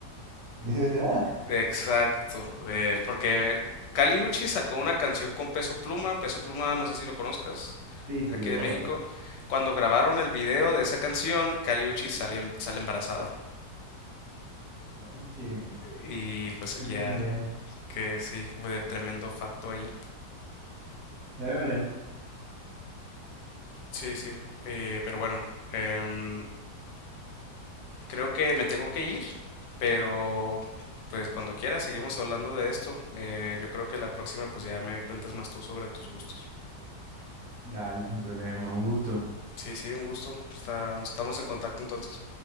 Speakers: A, on the right; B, on the left.
A: ¿de verdad?
B: Exacto. eh, porque Kali Uchi sacó una canción con Peso Pluma. Peso Pluma, no sé si lo conozcas,
A: Sí, sí,
B: de aquí de
A: hoy.
B: México. Cuando grabaron el video de esa canción, Kali Uchi sale, em- sale embarazada.
A: Oye,
B: Y pues
A: no tenía
B: ya,
A: ni idea.
B: que sí, fue tremendo facto ahí.
A: De verdad.
B: Sí, sí. eh, pero bueno, em, creo que me tengo que ir, pero pues cuando quieras seguimos hablando de esto. Eh, yo creo que la próxima pues ya me cuentas más tú sobre tus gustos.
A: Dale, sin problema, un gusto.
B: Sí, sí, un gusto. Está- estamos en contacto entonces.